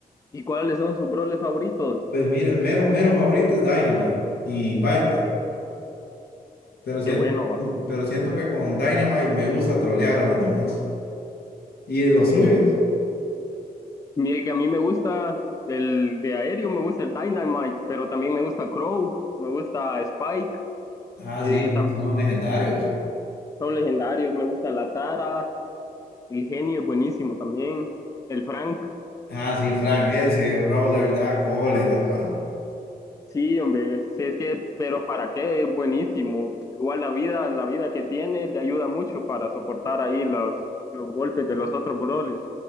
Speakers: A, on the left (about 20°); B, on the left (about 85°).
A: ¿Y cuáles son sus Brawlers favoritos?
B: Pues mire, el mero, mero favorito es Dynamite y Piper. Pero
A: Qué
B: siento,
A: bueno, va.
B: pero siento que con Dynamite me gusta trolear a los demás. ¿Y en los suyos?
A: Mire que a mí me gusta el de aéreo, me gusta el Dynamite, pero también me gusta Crow, me gusta Spike,
B: Ah,
A: eh,
B: sí, que
A: tam-
B: son legendarios.
A: son legendarios, me gusta la Tara, el genio es buenísimo también, el Frank.
B: Ah, sí, Frank, ese Brawler da cólera, hermano.
A: Sí, hombre, sí, es que, pero ¿para qué? Es buenísimo. Igual la vida, la vida que tiene le ayuda mucho para soportar ahí los, los golpes de los otros brothers.